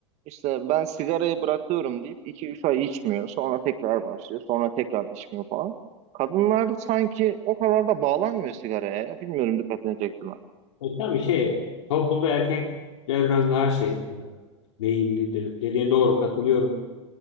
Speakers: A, on the right; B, on the left.
A: İşte ben sigarayı bırakıyorum deyip iki üç ay içmiyor. Sonra tekrar başlıyor. Sonra tekrar içmiyor falan. Kadınlar da sanki o kadar da bağlanmıyor sigaraya. ya. Bilmiyorum dikkatini çekti mi?
B: E tabii şey, toplumda erkekler biraz daha şey, e, meyilli de- dediğin doğru katılıyorum.